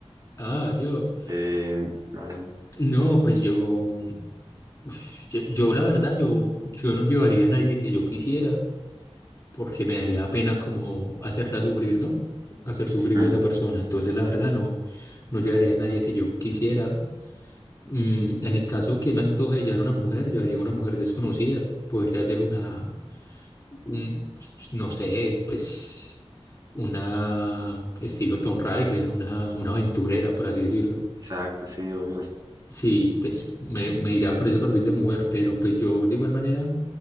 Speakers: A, on the left (about 30°); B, on the right (about 40°).
A: Ah, yo.
B: Eh, no,
A: No, pues yo, mm, uf, yo, yo la verdad, yo, yo no llevaría a nadie que yo quisiera. porque me daría pena como hacerla sufrir, ¿no? Hacer sufrir
B: mm,
A: a esa persona. Entonces, la verdad, no, no llevaría a nadie que yo quisiera. Mm, en el caso que me antoje llevar una mujer, llevaría a una mujer desconocida. Podría ser una, un, no sé, pues, una estilo Tomb Raider, una, una aventurera, por así decirlo.
B: exacto, sí, obvio.
A: Sí, pues me, me irá por ese perfil de mujer, pero pues yo de igual manera